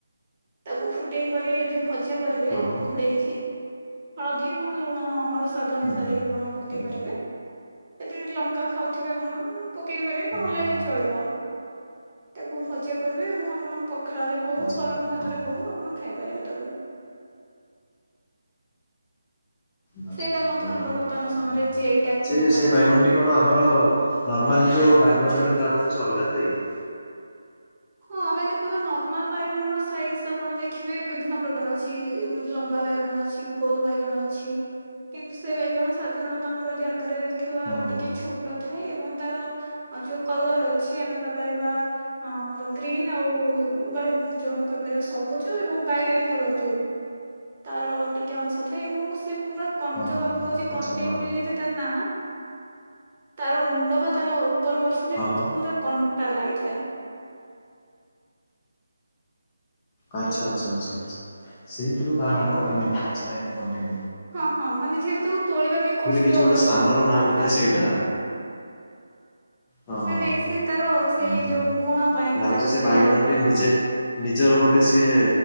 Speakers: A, on the right; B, on the left.
A: ତାକୁ ଫୁଟେଇ କରି ଯଦି ଭଜା କରିବେ
B: ହଁ ହଁ
A: ଘୋଡେଇକି ହଳଦୀ ଏବଂ ଲୁଣ ଆମର ସ୍ୱାଦ ଅନୁସାରେ
B: ହଁ ହୁଁ ହୁଁ
A: ଆପଣ ପକେଇ
B: ଆଜ୍ଞା
A: ପାରିବେ। ଏଦେ ଲଙ୍କା ଖାଉଥିବେ ଆପଣ ପକେଇ ପାରିବେ
B: ହୁଁ
A: ନହେଲେ
B: ହୁଁ ହୁଁ
A: ଚଳିବ। ତାକୁ ଭଜା କରିବେ ଏବଂ ଆପଣ ପଖାଳରେ ହଉ
B: ଆଚ୍ଛା
A: ଗରମ ଭାତରେ
B: ହଁ ହଁ।
A: ହଉ ଆପଣ ଖାଇପାରିବେ ତାକୁ।
B: ବାସ୍
A: ସେଇଟା
B: ବାସ୍
A: ମଧ୍ୟ
B: ବଢ଼ିଆ
A: ଆମର
B: ଆଉ।
A: ବର୍ତ୍ତମାନ ସମୟରେ
B: ହଁ ହଁ
A: ଜି ଆଇ ଟକ୍
B: ସେ
A: ମଧ୍ୟ
B: ସେ
A: ପାଇଛି।
B: ବାଇଗଣଟି କଣ ଆମର ନର୍ମାଲ ଯୋଉ ବାଇଗଣ ମିଳେ ତାଠୁ କିଛି ଅଲଗା ଥାଇକି।
A: ହଁ ଆମେ ଯଦି କହିବା ନର୍ମାଲ ବାଇଗଣ ର ସାଇଜ ଆପଣ ଦେଖିବେ ବିଭିନ୍ନ ପ୍ରକାର ଅଛି ଲମ୍ବା ବାଇଗଣ ଅଛି। ଗୋଲ ବାଇଗଣ ଅଛି କିନ୍ତୁ ସେ ବାଇଗଣ ସାଧାରଣତଃ ଆମର ଯଦି ଆକାରରେ ଦେ ଖୁଆର
B: ହଁ ହଁ
A: ଟିକେ ଛୋଟ ଟ ଥାଏ ଏବଂ ତାର ଯୋଉ କଲର ଅଛି ଆମେ କହିପାରିବା ଆମର ଗ୍ରୀନ୍ ଆଉ ବାଈ କହିପାରିବା ସବୁଯ ଏବଂ ବାଇଗଣୀ କଲର ଯୋଉ। ତାର ଟିକେ ଅଂଶ ଥାଏ ଏବଂ ସେ ପୁରା ଙ୍କ
B: ହଁ
A: ଯୋଉ
B: ହଁ
A: ଆମେ
B: ହଁ ହଁ
A: କହୁଛେ କଣ୍ଟେଇ
B: ଆଚ୍ଛା ହଁ
A: ମୁି ତା ନାଁ। ତାର ମୁଣ୍ଡ ବା ତାର ଉପର ପାର୍ଶ୍ଵରେ
B: ହଁ ହଁ।
A: ପୁରା କଣ୍ଟା ଲାଗିଥାଏ।
B: ଆଚ୍ଛା
A: ହ୍ୟାଲୋ
B: ଆଛା ଆଛା ଆଚ୍ଛା ସେଇଥିରୁ ତା ନାମ
A: ଆଜ୍ଞା
B: ଏମିତି କଣ୍ଟେଇ
A: ହଁ ହଁ ମାନେ ଯେହେତୁ ତାକୁ ତୋଳିବା ବି କଷ୍ଟ
B: କିଛି ଗୋଟେ
A: ଆଉ
B: ସ୍ଥାନର
A: ପୁରା
B: ନାଁ
A: କଣ୍ଟା
B: ବୋଧେ
A: ହେଇଥାଏ।
B: ସେଇଟା ହଁ ହଁ
A: ନାଇଁ ନାଇଁ
B: ହଁ
A: ସେ ତାର ସେଇ
B: ହୁଁ ହୁଁ।
A: ଯୋଉ ଗୁଣ ପାଇଁ
B: ଲାଗୁଛି
A: ତାର ସେ
B: ବାଇଗଣଟି
A: ବାଇଗଣ ର
B: ନିଜେ ନିଜର ଗୋଟେ ସିଏ